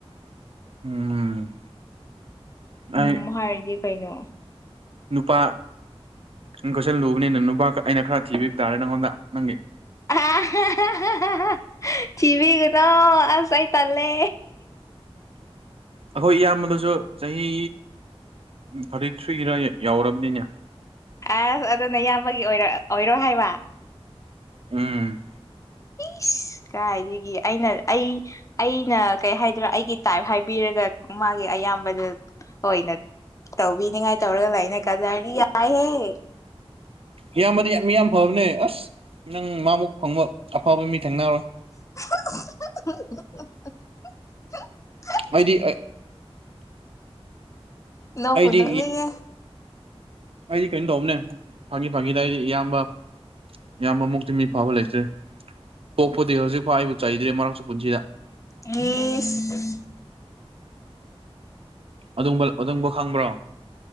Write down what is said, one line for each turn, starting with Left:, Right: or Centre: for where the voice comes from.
Right: ꯎꯝ ꯑꯩ
Left: ꯎꯝ ꯍꯥꯏꯔꯗꯤ ꯀꯩꯅꯣ
Right: ꯅꯨꯄꯥ ꯀꯣꯏꯁꯜ ꯂꯨꯕꯅꯤꯅ ꯅꯪ ꯅꯨꯄꯥ ꯑꯩꯅ ꯈꯔ ꯊꯤꯕꯤꯕ ꯇꯥꯔꯦ ꯅꯪꯉꯣꯟꯗ ꯅꯪꯒꯤ
Left: <unintelligible> ꯊꯤꯕꯤꯒꯅꯣ ꯑꯁ ꯑꯩ ꯇꯟꯂꯦ
Right: ꯑꯩꯈꯣꯏ ꯏꯌꯥꯝꯕꯗꯁꯨ ꯆꯍꯤ ꯊꯥꯔꯇꯤ ꯊ꯭ꯔꯤꯔ ꯌꯥꯎꯔꯕꯅꯤꯅꯦ
Left: ꯑꯁ ꯑꯗꯨꯅ ꯏꯌꯥꯝꯕꯒꯤ ꯑꯣꯏꯔ ꯑꯣꯏꯔꯣ ꯍꯥꯏꯕ
Right: ꯎꯝ
Left: ꯏꯁ ꯀꯥꯏꯗꯒꯤ ꯑꯩꯅ ꯑꯩ ꯑꯩꯅ ꯀꯩ ꯍꯥꯏꯗ꯭ꯔꯥ ꯑꯩꯒꯤ ꯇꯥꯏꯞ ꯍꯥꯏꯕꯤꯔꯒ ꯃꯥꯒꯤ ꯑꯌꯥꯝꯕꯗ ꯑꯣꯏꯅ ꯇꯧꯕꯤꯅꯤꯉꯥꯏ ꯇꯧꯔꯒ ꯂꯩꯅ ꯀꯥꯗꯔꯗꯤ ꯌꯥꯝ ꯍꯩꯍꯦ
Right: ꯏꯌꯥꯝꯕꯗꯤ ꯃꯤ ꯌꯥꯝ ꯐꯕꯅꯦ ꯑꯁ ꯅꯪ ꯃꯥꯃꯨꯛ ꯐꯪꯕ ꯑꯐꯕ ꯃꯤ ꯊꯦꯡꯅꯔꯣꯏ
Left: <unintelligible>
Right: ꯑꯩꯗꯤ
Left: ꯅꯣꯛꯄꯨ
Right: ꯑꯩꯗꯤ
Left: ꯅꯣꯛꯅꯤꯡꯉꯦ
Right: ꯑꯩꯗꯤ ꯀꯩꯅꯣ ꯇꯧꯕꯅꯦ ꯐꯥꯒꯤ ꯐꯥꯒꯤꯗ ꯑꯩꯗꯤ ꯏꯌꯥꯝꯕ ꯏꯌꯥꯝꯕ ꯃꯨꯛꯇꯤ ꯃꯤ ꯐꯥꯕ ꯂꯩꯇ꯭ꯔꯦ ꯄꯣꯛꯄꯗꯒꯤ ꯍꯧꯖꯤꯛꯐꯥꯎ ꯑꯩꯕꯨ ꯆꯩꯗ꯭ꯔꯦ ꯃꯔꯛꯁꯨ ꯄꯨꯟꯁꯤꯗ
Left: ꯏꯁ <unintelligible>
Right: ꯑꯗꯨꯝꯕ ꯑꯗꯨꯝꯕ ꯈꯪꯕ꯭ꯔꯣ